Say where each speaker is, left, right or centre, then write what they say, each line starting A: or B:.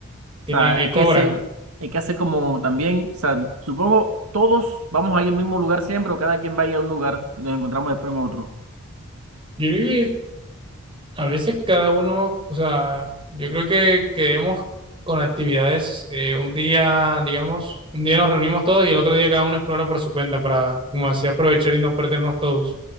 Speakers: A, on the right; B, on the right.
A: tienen,
B: o sea,
A: eh,
B: hay
A: cobran.
B: que hacer, hay que hacer como también, o sea, supongo todos vamos a ir al mismo lugar siempre, o cada quien va a ir a un lugar y nos encontramos después en otro.
A: Yo creo que a veces cada uno, o sea, yo creo que quedemos con actividades, eh, un día, digamos, un día nos reunimos todos y el otro día cada uno explora por su cuenta para, como así, aprovechar y no perdernos todos.